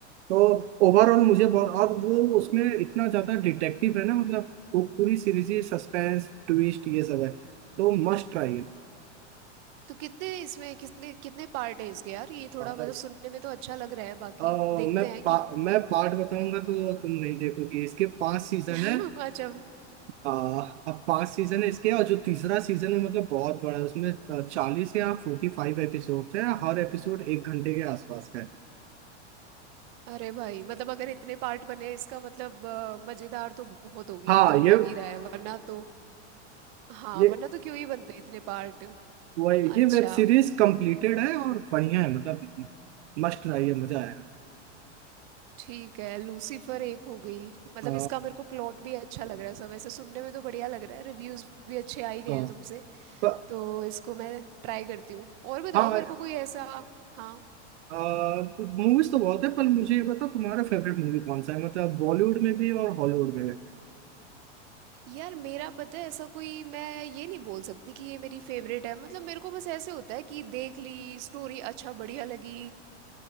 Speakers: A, on the right (about 70°); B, on the right (about 45°).
A: तो ओवरऑल मुझे बहुत और वो उसमें इतना ज्यादा डिटेक्टिव है ना मतलब वो पूरी सीरीज ही सस्पेंस ट्विस्ट ये सब है तो मस्ट ट्राई है
B: तो कितने इसमें कितने कितने पार्ट हैं इसके यार ये थोड़ा
A: अ-
B: मतलब सुनने में तो अच्छा लग रहा है बाकी
A: अ,
B: देखते
A: मैं
B: हैं
A: पा,
B: कि
A: मैं पार्ट बताऊंगा तो तुम नहीं देखोगे इसके पांच सीजन
B: <laughs>
A: है
B: अच्छा
A: आ, अब पांच सीजन है इसके और जो तीसरा सीजन है मतलब बहुत बड़ा है उसमें चालीस या फोर्टी फाइव एपिसोड है हर एपिसोड एक घंटे के आसपास का है
B: अरे भाई मतलब अगर इतने पार्ट बने इसका मतलब अ, मजेदार तो बहुत होगी
A: हाँ
B: ये तो लग
A: ये
B: ही रहा है वरना तो हाँ
A: ये
B: वरना तो क्यों ही बनते इतने पार्ट
A: वही
B: अच्छा
A: ये वेब सीरीज कंप्लीटेड है और बढ़िया है मतलब मस्ट ट्राई है मजा आएगा
B: ठीक है लूसीफर एक हो गई मतलब
A: आ,
B: इसका मेरे को प्लॉट भी अच्छा लग रहा है सब ऐसे सुनने में तो बढ़िया लग रहा है रिव्यूज भी अच्छे आ ही गए
A: आ,
B: हैं तुमसे
A: प-
B: तो इसको मैं ट्राई करती हूँ और बताओ
A: हाँ
B: मेरे को कोई ऐसा हाँ
A: मूवीज तो बहुत है पर मुझे ये बताओ तुम्हारा फेवरेट मूवी कौन सा है मतलब बॉलीवुड में भी और हॉलीवुड में भी
B: यार मेरा पता है ऐसा कोई मैं ये नहीं बोल सकती कि ये मेरी फेवरेट है मतलब मेरे को बस ऐसे होता है कि देख ली स्टोरी अच्छा बढ़िया लगी